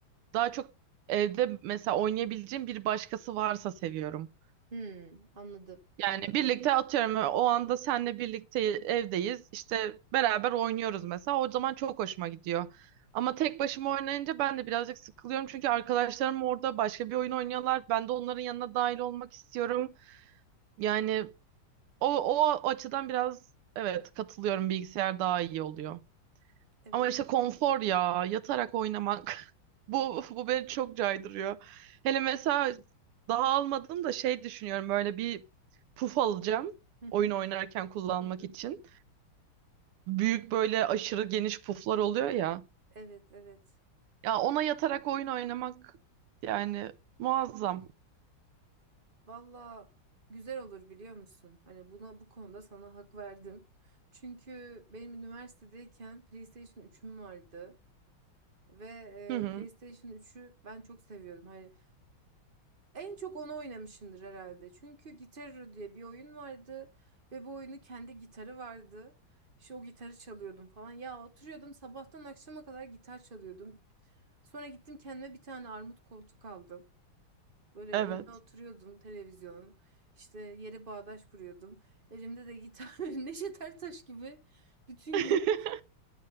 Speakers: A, on the right (about 90°); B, on the right (about 35°).
A: Daha çok evde mesela oynayabileceğim bir başkası varsa seviyorum.
B: Hmm, anladım,
A: Yani
B: anladım.
A: birlikte atıyorum e, o anda senle birlikte evdeyiz. İşte beraber oynuyoruz mesela. O zaman çok hoşuma gidiyor. Ama tek başıma oynayınca ben de birazcık sıkılıyorum. Çünkü arkadaşlarım orada başka bir oyun oynuyorlar. Ben de onların yanına dahil olmak istiyorum. Yani o, o açıdan biraz evet katılıyorum bilgisayar daha iyi oluyor.
B: Evet.
A: Ama işte konfor ya, yatarak oynamak. <laughs> Bu bu beni çok caydırıyor. Hele mesela daha almadım da şey düşünüyorum böyle bir puf alacağım
B: Hı hı.
A: oyun oynarken kullanmak
B: Hı hı.
A: için. Büyük böyle aşırı geniş puflar oluyor ya.
B: Evet, evet.
A: Ya ona yatarak oyun oynamak yani muazzam.
B: Valla güzel olur biliyor musun? Hani buna bu konuda sana hak verdim. Çünkü benim üniversitedeyken PlayStation 3'üm vardı ve
A: Hı hı,
B: e, PlayStation 3'ü ben çok seviyordum. Hani En çok onu oynamışımdır herhalde. Çünkü Guitar Hero diye bir oyun vardı ve bu oyunu kendi gitarı vardı. İşte o gitarı çalıyordum falan. Ya oturuyordum sabahtan akşama kadar gitar çalıyordum. Sonra gittim kendime bir tane armut koltuk aldım. Böyle
A: evet.
B: önüne oturuyordum televizyonun. İşte yere bağdaş kuruyordum. Elimde de gitar <laughs> Neşet Ertaş gibi bütün
A: <laughs>
B: gün